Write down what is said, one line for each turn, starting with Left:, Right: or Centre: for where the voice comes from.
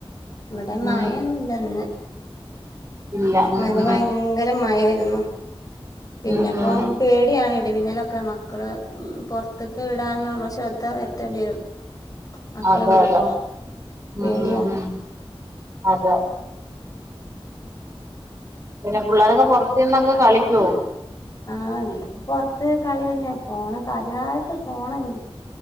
Left: ഇവിടെ മയൊന്നുല്ല
Right: ഉം
Left: ഇന്ന്
Right: ഇല്ല
Left: ഇന്നലെ
Right: ഉം ഉം
Left: ഭയങ്കര മയാരുന്നു പിന്നെപ്പോ
Right: ഉം ഉം
Left: പേടിയാണ് ഇടിമിന്നലൊക്കെ മക്കള് പൊർത്ത്ക്ക്‌ വിടാനും നമ്മള് ശ്രദ്ധ വരുത്തേണ്ടി വരും മക്കളെ
Right: അതെ
Left: വിടുമ്പോ
Right: അതെ ഉം
Left: പേടിയാണ്
Right: ഉം ഉം അതെ പിന്നെ പുള്ളേരൊക്കെ പൊറത്ത് ഇര്ന്നങ്ങ് കളിക്കോ
Left: ആഹ് <unintelligible> പൊറത്ത് കളി തന്നെ ഫോണ് കാര്യായിട്ട് ഫോണന്നെ